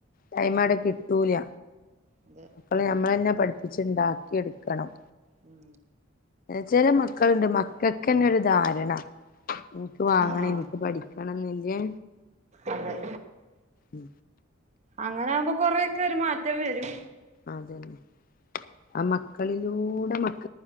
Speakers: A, on the left; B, on the right.
A: ടൈം
B: ഉം
A: അവിടെ കിട്ടൂല
B: അതെ
A: അപ്പള് നമ്മളന്നെ പഠിപ്പിച്ച്ണ്ടാക്കി എടുക്കണം
B: ഉം
A: ചെല മക്കളുണ്ട് മക്കക്കെന്നെ ഒരു ധാരണ ഇൻക്ക് വാങ്ങണം
B: ആഹ്
A: എനിക്ക് പഠിക്ക വേണെന്നില്‌യേ
B: അതെ
A: ഉം
B: അങ്ങനെ ആവുമ്പോ കൊറെയെക്കെ ഒരു മാറ്റം വരും
A: അതന്നെ ആ മക്കളിലൂടെ മക്ക